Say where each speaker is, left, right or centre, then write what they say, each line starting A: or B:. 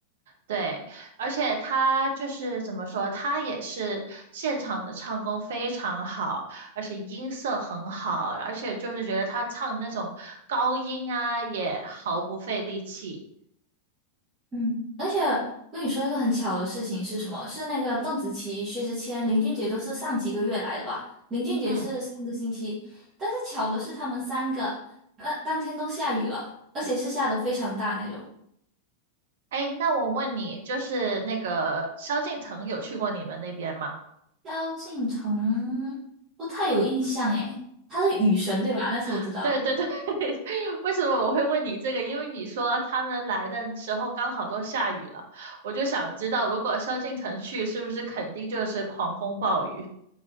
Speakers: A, on the right; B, on the right.
A: 对，而且他就是怎么说，他也是现场的唱功非常好，而且音色很好，而且就是觉得他唱那种高音啊，也毫不费力气。
B: 嗯，而且我跟你说一个很巧的事情是什么？是那个邓紫棋、薛之谦、林俊杰都是上几个月来的吧？林俊杰是上个星期，
A: 嗯，
B: 但是巧的是他们三个，那当天都下雨了，而且是下的非常大那种。
A: 哎，那我问你，就是那个萧敬腾有去过你们那边吗？
B: 萧敬腾不太有印象诶，他是雨神对吧？但是我知道
A: <laughs> 对对对，<laughs> 为什么我会问你这个？因为你说他们来的时候刚好都下雨了，我就想知道，如果萧敬腾去，是不是肯定就是狂风暴雨？